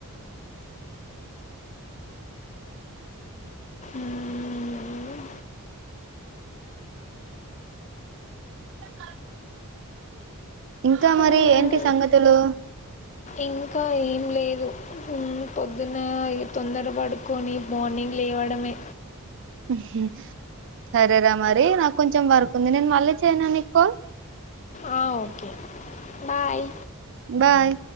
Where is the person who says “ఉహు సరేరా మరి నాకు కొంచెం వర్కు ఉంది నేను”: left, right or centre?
Right